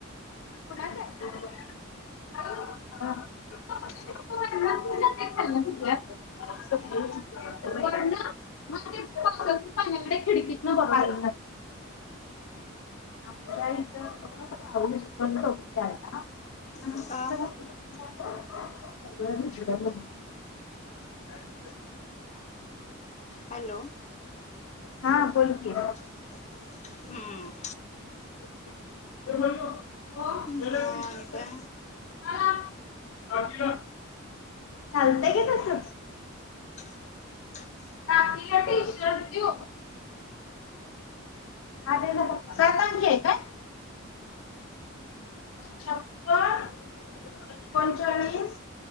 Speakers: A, on the left (about 70°); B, on the left (about 35°).
A: कुणाचं हाय? <unintelligible> <unintelligible> <unintelligible> आमच्या इथं <unintelligible>
B: का?
A: <unintelligible>
B: हॅलो.
A: हा बोल की.
B: <unintelligible> हम्म.
A: <unintelligible>
B: हो आणि काय
A: <unintelligible> चालतंय की तसंच.
B: <unintelligible>
A: टाकीला टी-शर्ट देवू? <unintelligible> सात अंकी आहे काय? छप्पन एकोणचाळीस